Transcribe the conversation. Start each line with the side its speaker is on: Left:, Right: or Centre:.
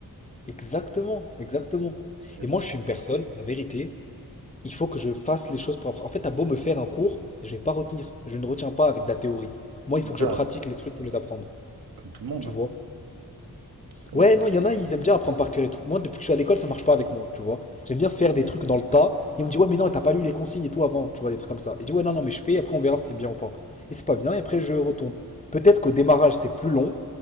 Left: Exactement, exactement.
Right: Bah,
Left: Et
Right: bien
Left: moi,
Right: sûr.
Left: je suis une personne, la vérité. Il faut que je fasse les choses propres. En fait, t'as beau me faire un cours, je vais pas retenir. Je ne retiens pas avec de la théorie. Moi, il
Right: Mais
Left: faut
Right: ça,
Left: que je pratique les trucs pour les apprendre.
Right: comme tout le monde,
Left: Tu
Right: hein.
Left: vois?
Right: Comme
Left: Ouais,
Right: tout le
Left: non,
Right: monde.
Left: il y en a, ils aiment bien apprendre par cœur et tout. Moi, depuis que je suis à l'école, ça marche pas avec moi, tu vois? J'aime bien faire des trucs dans le tas. Et on me dit, ouais, mais non, t'as pas lu les consignes et tout avant, tu vois, des trucs comme ça. Et je dis, ouais, non, non, mais je fais, et après on verra si c'est bien ou pas. Et c'est pas bien, et après je retourne. Peut-être qu'au démarrage, c'est plus long,